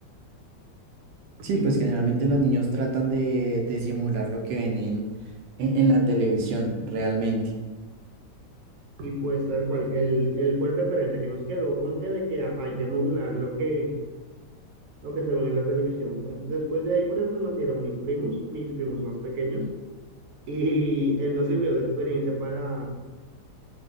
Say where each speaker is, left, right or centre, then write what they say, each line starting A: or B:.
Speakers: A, on the right; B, on the right.
A: Sí,
B: Y,
A: pues generalmente los niños tratan de, de simular lo que ven en, en, en la televisión, realmente.
B: y pues tal cual, él, él fue el referente que nos quedó, como que de que ha- hay que modular lo que, lo que se ve en la televisión. Pues después de ahí, por ejemplo, nacieron mis primos, mis primos más pequeños, y él nos sirvió de experiencia para